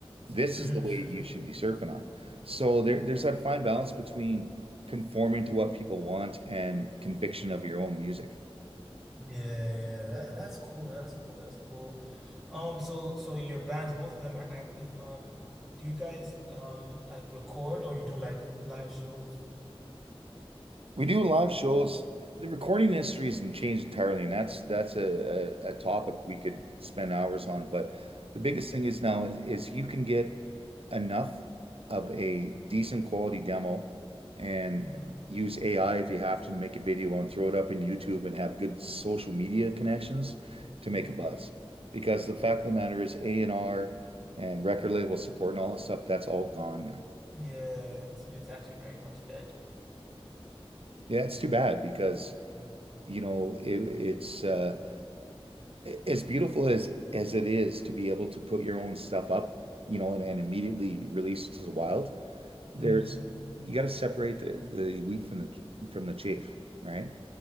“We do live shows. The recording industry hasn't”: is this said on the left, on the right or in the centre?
Right